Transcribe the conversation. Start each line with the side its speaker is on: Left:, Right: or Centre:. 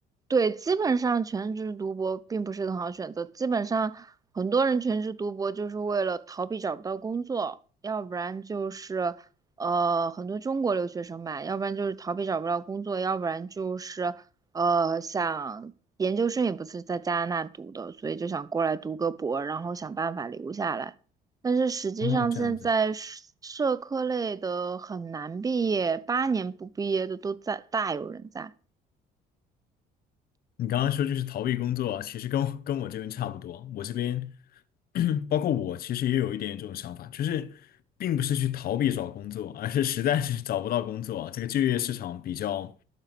Right: 对，基本上全职读博并不是很好选择。基本上很多人全职读博就是为了逃避找不到工作，要不然就是呃很多中国留学生吧，要不然就是逃避找不到工作，要不然就是呃想研究生也不是在加拿大读的，所以就想过来读个博，然后想办法留下来。但是实际上现在社社科类的很难毕业，
Left: 哦，这样子。
Right: 八年不毕业的都在大有人在。
Left: 你刚刚说就是逃避工作啊，其实跟我跟我这边差不多。我这边，<clears throat> 包括我，其实也有一点这种想法，就是并不是去逃避找工作，而是实在是找不到工作啊。这个就业市场比较